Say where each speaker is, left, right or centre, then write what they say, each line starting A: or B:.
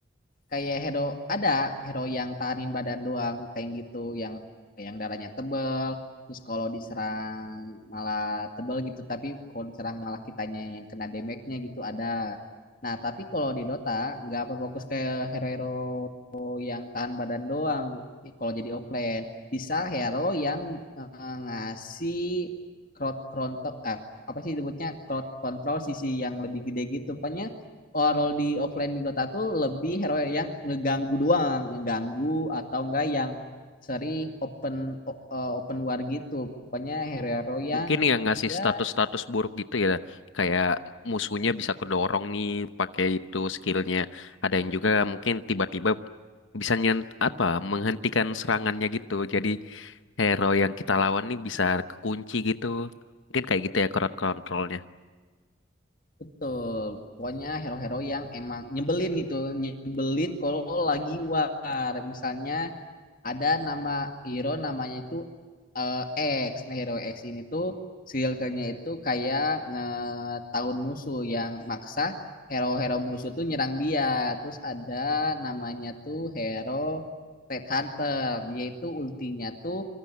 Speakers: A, on the left (about 45°); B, on the left (about 70°).
A: kayak hero ada hero yang tahanin badan doang tank gitu yang yang darahnya tebel terus kalau diserang malah tebel gitu tapi kalau diserang malah kitanya yang kena damage-nya gitu ada nah tapi kalau di Dota nggak berfokus kayak hero-hero yang tahan badan doang kalau jadi offlane bisa hero yang eh, ngasih crowd control eh, apa sih disebutnya crowd control sisi yang lebih gede gitu pokoknya role di offline di Dota tuh lebih hero yang ngeganggu doang, ngeganggu atau enggak yang sering open uh, open war gitu. Pokoknya hero-hero yang
B: mungkin yang ngasih
A: ya
B: status-status buruk gitu ya kayak musuhnya bisa kedorong nih pakai itu skillnya ada yang juga mungkin tiba-tiba bisa nyent apa menghentikan serangannya gitu jadi hero yang kita lawan nih bisa kekunci gitu mungkin kayak gitu ya crowd controlnya
A: betul. Pokoknya hero-hero yang emang nyebelin gitu, nyebelin kalau lagi war. Misalnya ada nama hero namanya itu eh, X. Nah, hero X ini tuh si nya itu kayak ngetahun musuh yang maksa hero-hero musuh tuh nyerang dia. Terus ada namanya tuh hero Red Hunter. Dia itu ultinya tuh